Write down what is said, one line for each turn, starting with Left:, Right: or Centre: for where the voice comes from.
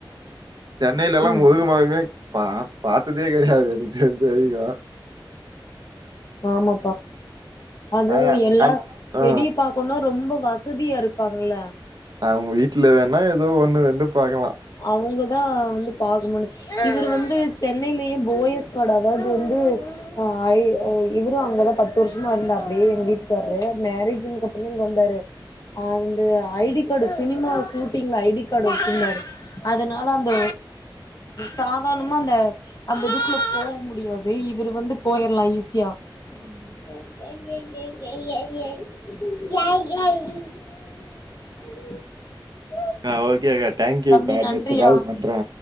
Right: சென்னையில
Left: ம்
Right: முருக மரமே பாப் பாத்ததே கெடையாது எனக்கு தெரிஞ்ச வரைக்கும்
Left: ஆமா அது
Right: ஆனா
Left: எல்லா
Right: அந்
Left: செடிய
Right: ஆ
Left: பாக்கணு ரொம்ப வசதியா இருப்பாங்கள
Right: அவங்க வீட்டுல வேணா ஏதோ ஒண்ணு ரெண்டு பாக்கலா
Left: அவங்கதா வந்து பாக்க முனு இவரு வந்து சென்னையிலயே போயஸ் கார்டு அதாவது வந்து அஹ் இவரும் அங்களா பத்து வருஷமா இருந்தாப்டி எங்வீட்டுக்காரு
Right: ஓகே ஓகே
Left: மேரேஜ்ன்னு
Right: அக்கா.
Left: அப்புறமா இங்க வந்தாரு அந்து ஐடி கார்டு சினிமா சூட்டிங்ல ஐடி கார்டு வச்சிருந்தாரு அதனால அந்த சாதார்னமா அந்த அந்த இதுக்குல போக முடியாது இவரு வந்து போயிலா ஈஸியா
Right: ம்
Left: உ <unintelligible>
Right: ஆஹ் ஓகே கட் தேங்க்யூ
Left: தம்பி
Right: கா
Left: நன்றியா
Right: நெக்ஸ்ட் கால் பண்றே